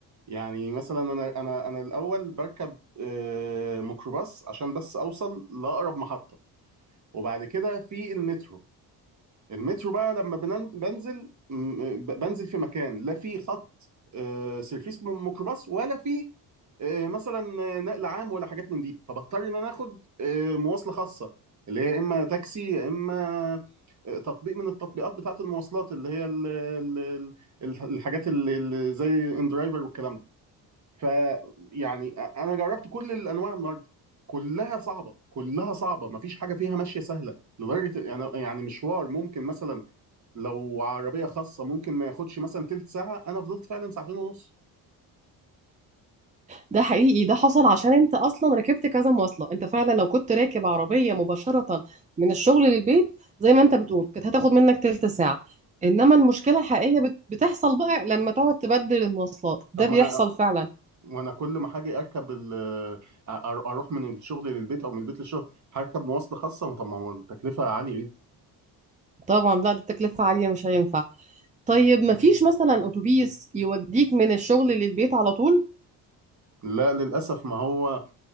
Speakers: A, on the right; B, on the right.
A: يعني مثلا أنا أنا أنا الأول بركب آه، ميكروباص عشان بس أوصل لأقرب محطة وبعد كده في المترو المترو بقى لما بنن- بنزل م- ب- بنزل في مكان لا في خط آه، سيرفيس م- ميكروباص ولا في آه، مثلا آه، نقل عام ولا حاجات من دي فبضطر ان انا اخد آه، مواصله خاصه اللي هي اما تاكسي يا اما آه، تطبيق من التطبيقات بتاعه المواصلات اللي هي ال- ال- ال- ال- الحاجات اللي اللي زي ان درايفر والكلام ده فيعني انا جربت كل الانواع النهارده كلها صعبه كلها صعبه مفيش حاجه فيها ماشيه سهله لدرجه يعني يعني مشوار ممكن مثلا لو عربيه خاصه ممكن ما ياخدش مثلا تلت ساعه انا فضلت فعلا ساعتين ونص
B: ده حقيقي ده حصل عشان انت اصلا ركبت كذا مواصله انت فعلا لو كنت راكب عربيه مباشره من الشغل للبيت زي ما انت بتقول كانت هتاخد منك تلت ساعه انما المشكله الحقيقيه بت- بتحصل بقى لما تقعد تبدل المواصلات ده
A: طب
B: بيحصل
A: ما انا
B: فعلا
A: وانا كل ما حاجه اركب ال- أ- اروح من الشغل للبيت او من البيت للشغل هركب مواصله خاصه طب ما هو التكلفه عاليه جدا
B: طبعا لا دي تكلفه عاليه مش هينفع طيب مفيش مثلا اتوبيس يوديك من الشغل للبيت على طول
A: لا للاسف ما هو